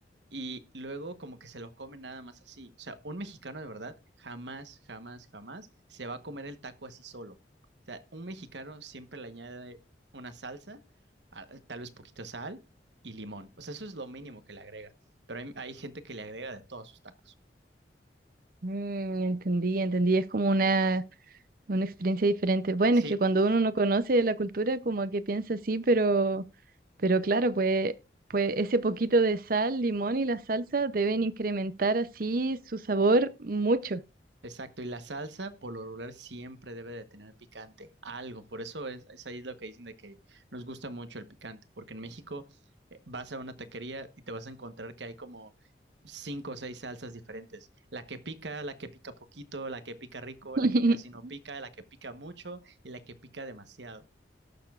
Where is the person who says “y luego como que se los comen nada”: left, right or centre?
Right